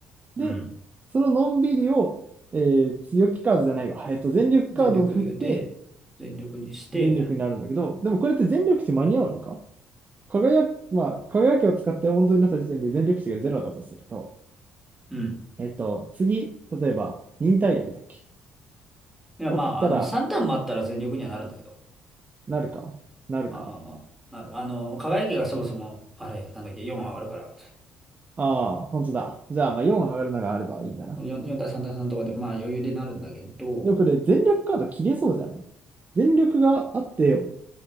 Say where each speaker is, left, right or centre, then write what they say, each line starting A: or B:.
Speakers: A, on the right; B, in the centre.
A: で、
B: うん。
A: そののんびりを、えー強気カードじゃないわ。えっと、全力カードを振って、
B: 全力で、全力にして、
A: 全力になるんだけど、でもこれって全力値間に合うのか輝き、まあ、輝きを使って温存になった時点で全力値がゼロだとすると、
B: うん。
A: えっと、次、例えば、忍耐力だっけ
B: いや、
A: を振ったら、
B: まあ、あの、3ターンもあったら全力にはなるんだけど。
A: なるかなるか
B: まあまあまあ。なる。あの、輝きがそもそも、あれ、なんだっけ、4上がるから、
A: ああ、本当だ。じゃあ、まあ4上がるのがあればいいんだな。
B: 4、4対3対3とかで、まあ余裕でなるんだけど、
A: でもこれ、全力カード切れそうじゃない全力があって、